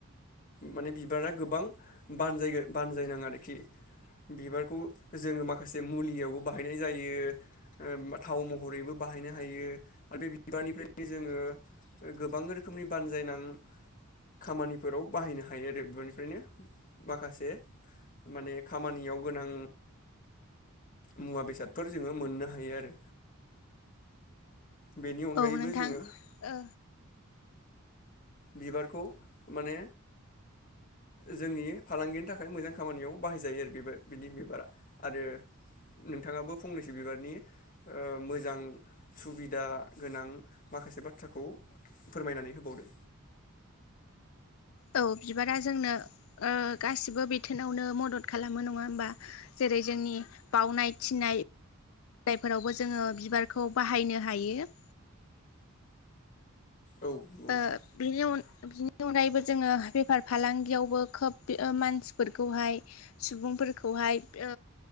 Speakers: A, on the left (about 40°); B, on the left (about 70°).
A: माने बिबारा गोबां बानजायगोन बानजायनां आरोखि बिबारखौ जोङो माखासे मुलियावबो बाहायनाय जायो। ओ थाव महरैबो बाहायनो हायो आरो बे बिबारनिफ्रायनो जोङो गोबां रोखोमनि बानजायनां खामानिफोराव बाहायनो हायो आरो बिबारनिफ्रायनो माखासे माने खामानियाव गोनां मुवा बेसादफोर जोङो मोननो हायो आरो। बेनि अनगायैबो
B: औ नोंथां
A: जोङो
B: ओ
A: बिबारखौ माने जोंनि फालांगिनि थाखाय मोजां खामानियाव बाहायजायो आरो बेबा बिदि बिबारा आरो नोंथाङाबो फंनैसो बिबारनि ओ मोजां सुबिदा गोनां माखासे बाथ्राखौ फोरमायनानै होबावदो।
B: औ बिबारा जोंनो ओ गासिबो बिथोनावनो मदद खालामो नङा होमबा जेरै- जोंनि बावनाय थिनायफोरावबो जोङो बिबारखौ बाहायनो हायो।
A: औ नंगौ नोंथां
B: ओ बिनि अन बि <unintelligible> अनगायैबो जोङो बेफार फालांगियावबो खोब मानसिफोरखौहाय सुबुंफोरखौहाय ओ